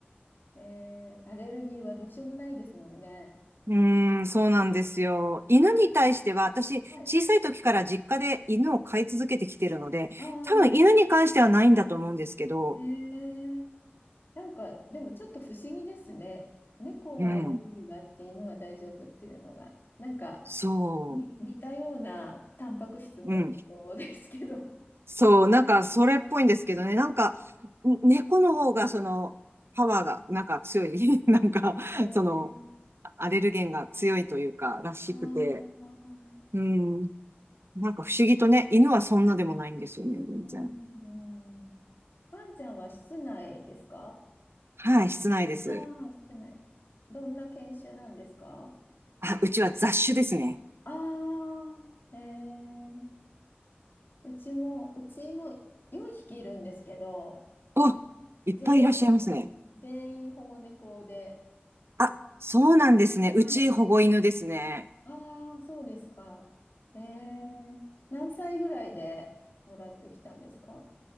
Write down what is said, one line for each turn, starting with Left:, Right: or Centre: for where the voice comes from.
Left: ーえー、アレルギーはどうしようもないですもんね。
Right: うーん、そうなんですよ。犬に対しては、私、
Left: はい。
Right: 小さい時から実家で犬を飼い続けてきてるので、
Left: ああ、
Right: 多分犬に関してはないんだと思うんですけど、
Left: えー、なんか、でもちょっと不思議ですね。猫はアレルギーがあって犬は大丈夫っていうのが、
Right: うん。
Left: なんか
Right: そ
Left: に似たようなタンパク質持ってそうですけど。
Right: う。うん。そう。なんか、それっぽいんですけどね。なんか、ん猫の方が、その、パワーが、なんか強い。<laughs> なんか、
Left: <laughs> えー、
Right: その、アレルゲンが強いというか、らしくて。
Left: あー
Right: うん。なんか不思議とね、犬はそんなでもないんですよね、
Left: うんうんう
Right: 全然。
Left: んうん。ワンちゃんは室内ですか
Right: はい、室内です。
Left: ああー、室内。どんな犬種なんですか
Right: あ、うちは雑種ですね。
Left: ああー、えー、うちも、うちも4匹いるんですけど、
Right: お、いっぱいいらっしゃいますね。
Left: 全員、全員保護猫で。
Right: あ、そうなんですね。うち保護犬ですね。
Left: はい。はい。ああ、そうですか。ええ何歳ぐらいでもらってきたんですか